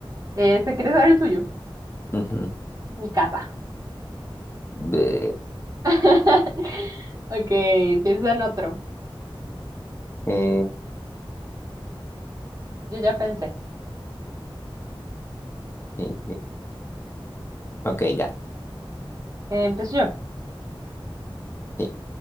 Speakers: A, on the right; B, on the left.
A: Eh, ¿te quieres saber el suyo?
B: ujú,
A: Mi casa.
B: de-
A: <laughs> Ok, empieza en otro.
B: eh,
A: Yo ya pensé.
B: sí, sí, Ok, ya.
A: Eh, empiezo yo.
B: Sí,